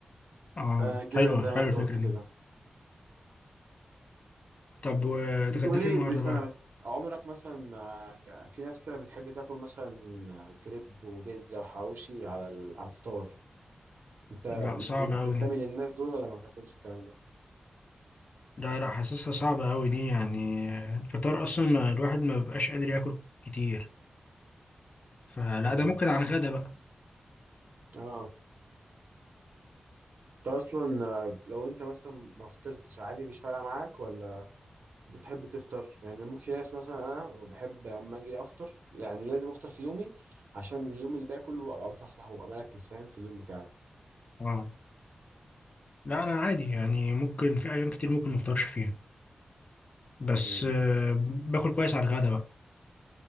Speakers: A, on the left; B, on the right.
A: اه
B: آه، جبن
A: حلوة
B: زي
A: حلوة
B: ما انت
A: الفكرة
B: قلت
A: دي
B: كده
A: طب واتغديت
B: بتقولي
A: ايه النهارده
B: بسنة
A: بقى؟
B: بس عمرك مثلا آه، ك- في ناس كده بتحب تاكل مثلا آه، كريب وبيتزا وحواوشي على ال- على الفطار انت
A: لا
B: بت-
A: صعبة
B: بتنتمي
A: أوي دي
B: للناس دول ولا ما تاكلش الكلام ده؟
A: ده لا حاسسها صعبة أوي دي يعني الفطار أصلا ما الواحد ما بيبقاش قادر ياكل كتير فلا
B: امم
A: ده ممكن على الغدا بقى
B: اه انت اصلا آه، لو انت مثلا ما فطرتش عادي مش فارقة معاك ولا بتحب تفطر يعني ممكن في ناس مثلا انا بحب اما اجي افطر يعني لازم افطر في يومي عشان اليوم اللي باقي كله ابقى مصحصح وابقى مركز فاهم في اليوم بتاعي
A: <laughs> اه لا أنا عادي يعني ممكن في أيام كتير ممكن ما أفطرش فيها بس
B: امم
A: آه، باكل كويس على الغدا بقى